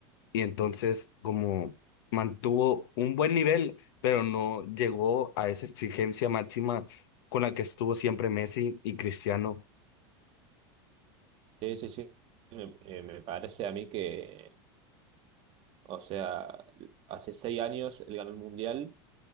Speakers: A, on the left (about 70°); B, on the right (about 45°).
A: Y entonces, como mantuvo un buen nivel, pero no llegó a esa exigencia máxima con la que estuvo siempre Messi y Cristiano
B: Sí, sí, sí. Me, eh, me parece a mí que, o sea, hace 6 años él ganó el mundial